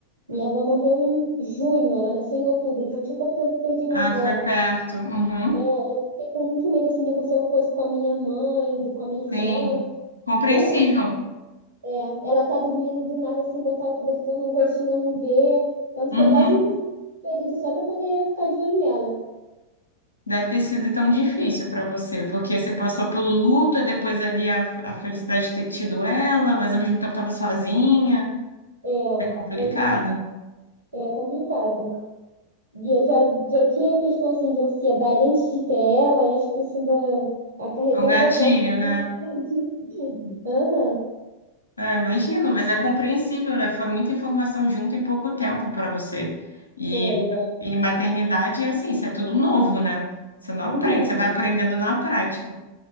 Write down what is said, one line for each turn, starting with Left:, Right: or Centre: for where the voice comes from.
Right: minha avó morreu em junho, ela nasceu em outubro, então tinha pouco tempo que perdi minha
Left: Ah,
Right: avó.
Left: foi perto. Uhum,
Right: É, eu fiquei com muito medo assim de acontecer alguma coisa com a minha mãe, de- com a minha irmã,
Left: sim. Compreensível.
Right: dela, é, ela tá dormindo do nada assim, botar o cobertor no rostinho eu não ver, tanto
Left: Uhum.
Right: que eu quase não período só pra poder ficar de olho nela.
Left: Deve ter sido então difícil para você, porque você passou pelo luto, e depois ali a, a felicidade de ter tido ela, mas ao mesmo tempo estava sozinha.
Right: É,
Left: É complicado.
Right: foi, é complicado. E eu já, já tinha questão assim de ansiedade antes de ter ela, e acho que isso ainda acarretou
Left: Foi um gatilho,
Right: um pouco mais de
Left: né?
Right: ansiedade. <laughs> Aham,
Left: Ah, imagino, mas é compreensível, né? Foi muita informação junto em pouco tempo para você. E,
Right: foi, é.
Left: e maternidade é assim, isso é tudo novo, né? Você não
Right: Uhum,
Left: aprende, você vai aprendendo na prática.